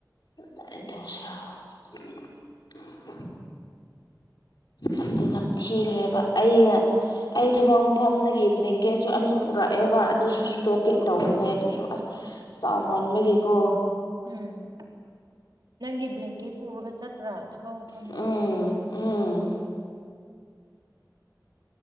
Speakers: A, on the left (about 75°); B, on the right (about 70°).
A: <inaudible> ꯅꯝꯗꯤ ꯅꯝꯊꯤꯈ꯭ꯔꯦꯕ ꯑꯩꯅ ꯑꯩ ꯊꯕꯛ ꯃꯐꯝꯗꯒꯤ ꯕ꯭ꯂꯦꯡꯀꯦꯠꯁꯨ ꯑꯅꯤ ꯄꯨꯔꯛꯑꯦꯕ ꯑꯗꯨꯁꯨ ꯁꯨꯇꯣꯛꯀꯦꯅ ꯇꯧꯕꯅꯦ ꯑꯗꯨꯁꯨ ꯑꯁ꯫ ꯆꯥꯎꯃꯟꯕꯒꯤꯀꯣ꯫
B: ꯎꯝ ꯅꯪꯒꯤ ꯕ꯭ꯂꯦꯡꯀꯦꯠ ꯄꯨꯔꯒ ꯆꯠꯄ꯭ꯔꯥ ꯊꯕꯛ ꯃꯐꯝꯗ
A: ꯎꯝ ꯎꯝ꯫